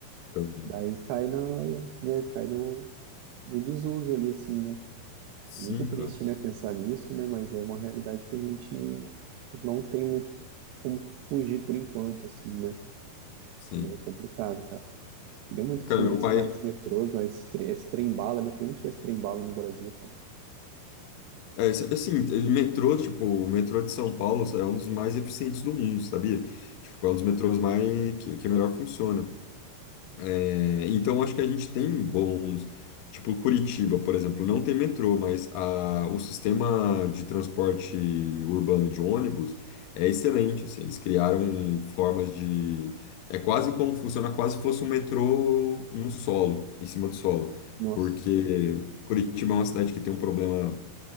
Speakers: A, on the left; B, on the right.
A: entendi.
B: Daí cai na, né, cai no, no desuso ali assim, né?
A: Sim,
B: É muito triste,
A: cara.
B: né, pensar nisso, né, mas é uma realidade que a gente não tem muito como fugir por enquanto assim, né?
A: Sim.
B: É complicado, cara. Queria muito
A: Cara,
B: que tivesse
A: meu pai.
B: mais metrôs, mais tre esse trem-bala, né? Queria muito que tivesse trem-bala no Brasil, cara.
A: É, s- assim, ele- metrô, tipo, o metrô de São Paulo é um dos mais eficientes do mundo, sabia? Tipo, é um dos metrôs mais que, que melhor funciona. É, então, acho que a gente tem bons. Tipo, Curitiba, por exemplo, não tem metrô, mas a, o sistema de transporte urbano de ônibus é excelente. assim, eles criaram formas de. É quase como funciona, quase se fosse um metrô no solo, em cima do solo.
B: Nossa.
A: Porque Curitiba é uma cidade que tem um problema